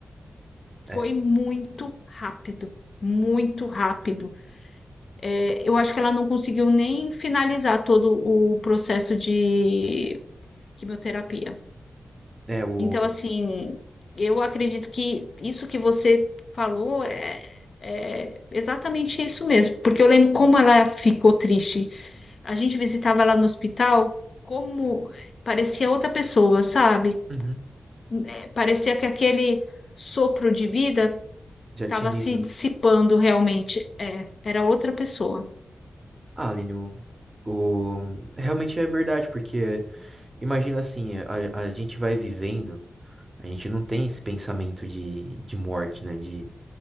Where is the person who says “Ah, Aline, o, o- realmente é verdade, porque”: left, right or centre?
Right